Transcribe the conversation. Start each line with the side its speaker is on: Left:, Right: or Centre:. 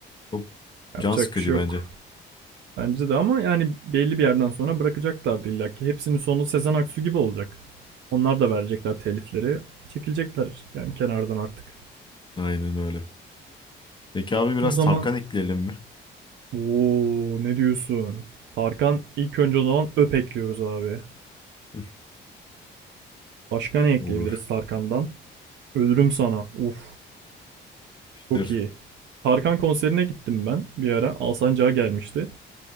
Left: Çok can
Right: Yapacak
Left: sıkıcı
Right: bir şey yok.
Left: bence.
Right: Bence de ama yani belli bir yerden sonra bırakacaklardı illa ki. Hepsinin sonu Sezen Aksu gibi olacak. Onlar da verecekler telifleri. Çekilecekler yani kenardan artık.
Left: Aynen öyle. Peki abi biraz
Right: O zaman
Left: Tarkan ekleyelim mi?
Right: ooo ne diyorsun? Tarkan ilk önce o zaman öp ekliyoruz abi.
Left: <laughs>
Right: Başka ne ekleyebiliriz
Left: Olur.
Right: Tarkan'dan? Ölürüm sana. Uf çok
Left: İşte
Right: iyi. Tarkan konserine gittim ben bir ara. Alsancak'a gelmişti.